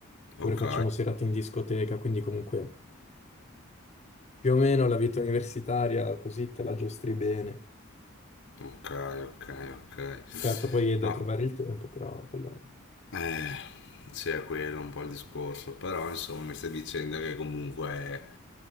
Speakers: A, on the left (about 30°); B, on the left (about 65°).
A: oppure
B: Ok.
A: facciamo serate in discoteca, quindi comunque più o meno la vita universitaria così te la giostri bene.
B: Ok, ok, ok.
A: Certo, poi è da
B: No,
A: trovare il tempo, però quello...
B: eh, sì, è quello un po' il discorso, però insomma mi stai dicendo che comunque è